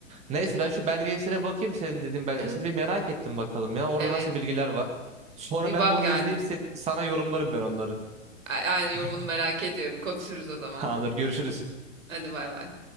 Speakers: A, on the right (about 15°); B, on the right (about 80°).
A: Neyse ben şu belgesele bakayım senin dediğin belgeseli
B: Evet.
A: bir merak ettim bakalım ya orada
B: Evet.
A: nasıl bilgiler var. Sonra
B: Bir
A: ben
B: bak
A: bunu
B: yani.
A: izleyip sen, sana yorumlarım ben onları.
B: A- Aynı yorumunu
A: <laughs>
B: merak ediyorum. Konuşuruz o zaman.
A: Tamamdır görüşürüz.
B: Hadi bay bay.